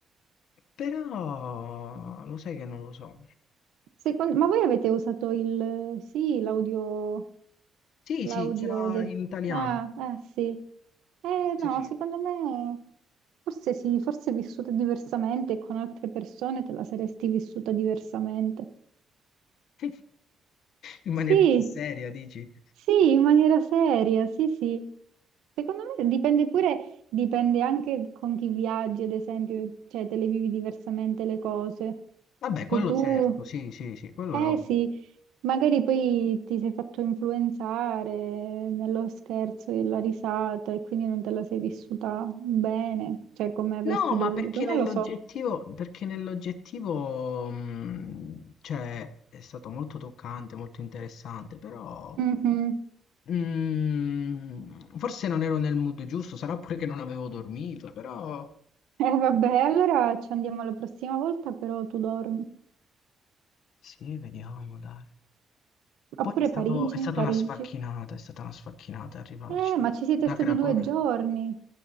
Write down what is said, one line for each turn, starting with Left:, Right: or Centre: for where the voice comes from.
Left: però, lo sai che non lo so.
Right: Secondo- ma voi avete usato il, sì, l'audio,
Left: Sì,
Right: l'audio
Left: sì, c'era
Right: de-
Left: in italiano.
Right: Ah, eh sì. Eh
Left: Sì,
Right: no,
Left: sì.
Right: secondo me forse sì, forse è vissuta diversamente e con altre persone te la saresti vissuta diversamente.
Left: <laughs> In maniera
Right: Sì,
Left: più seria, dici?
Right: Sì, in maniera seria, sì, sì. Secondo me dipende pure, dipende anche con chi viaggi, ad esempio, cioè te le vivi diversamente le cose.
Left: Vabbè, quello
Right: Se tu,
Left: certo, sì, sì, sì, quello
Right: eh
Left: è ovvio.
Right: sì, magari poi ti sei fatto influenzare nello scherzo e la risata e quindi non te la sei vissuta bene, cioè come avresti
Left: No, ma
Right: dovuto,
Left: perché
Right: non
Left: nell'oggettivo,
Right: lo so.
Left: perché nell'oggettivo, mh, cioè, è stato molto toccante, molto interessante, però
Right: Mhm.
Left: mh, forse non ero nel mood giusto, sarà pure che non avevo dormito, però
Right: Eh vabbè, allora ci andiamo la prossima volta, però tu dormi.
Left: sì, vediamo, dai.
Right: Oppure
Left: Poi è stato-
Right: Parigi,
Left: è stata
Right: Parigi.
Left: una sfacchinata, è stata una sfacchinata arrivarci.
Right: Eh, ma ci siete
Left: Da
Right: stati
Left: Cracovia?
Right: due giorni.